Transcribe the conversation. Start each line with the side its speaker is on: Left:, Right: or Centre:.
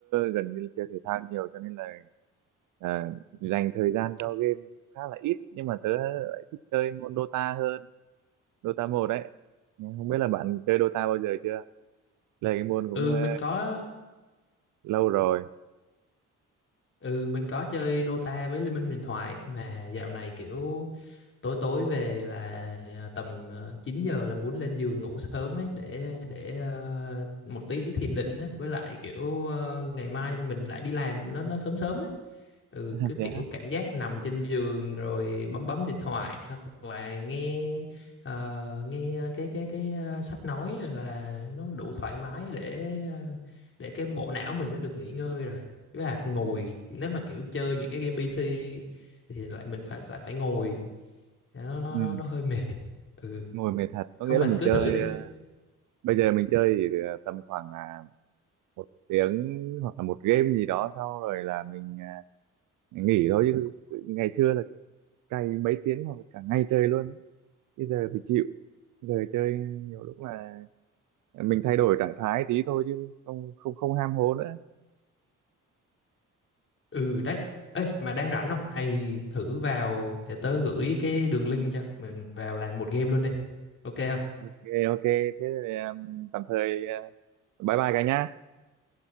Right: gần như chơi thể thao nhiều cho nên là à, dành thời gian cho game khá là ít nhưng mà tớ lại thích chơi môn Dota hơn Dota một đấy Nhưng không biết là bạn chơi Dota bao giờ chưa Chơi cái môn cũng
Left: ừ
Right: ờ,
Left: mình có
Right: lâu rồi
Left: ừ mình có chơi Dota với Liên minh huyền thoại mà dạo này kiểu tối tối về là à, tầm ờ, 9 giờ là muốn lên giường ngủ sớm ấy để để ờ, một tí thiền định á. Với lại kiểu ờ, ngày mai mình lại đi làm nó nó sớm sớm ấy ừ,
Right: <laughs>
Left: cứ kiểu
Right: thế á?
Left: cảm giác nằm trên giường rồi bấm bấm điện thoại hoặc là nghe ờ, nghe cái cái cái ờ, sách nói là nó đủ thoải mái để ờ, để cái bộ não mình nó được nghỉ ngơi rồi với là ngồi
Right: ừ.
Left: nếu mà kiểu chơi những cái game PC thì lại mình phải phải phải ngồi Dạ, nó nó
Right: Ừ.
Left: nó nó hơi mệt ừ
Right: ngồi mệt thật có
Left: không
Right: nghĩa là
Left: mà
Right: mình
Left: cứ
Right: chơi
Left: thử đi
Right: ờ, bây giờ mình chơi thì ờ, tầm khoảng à, một tiếng hoặc là một game gì đó sau rồi là mình à, nghỉ thôi chứ ngày xưa là cày mấy tiếng hoặc là cả ngày chơi luôn ấy. bây giờ thì chịu giờ chơi nhiều lúc là mình thay đổi trạng thái tí thôi chứ không không không ham hố nữa
Left: ừ đấy Ê, mà đang rảnh không hay thử vào để tớ gửi cái đường link cho mình vào làm một game luôn đi ok không
Right: ok ok thế thì um, tạm thời uh, bye bye cả nhá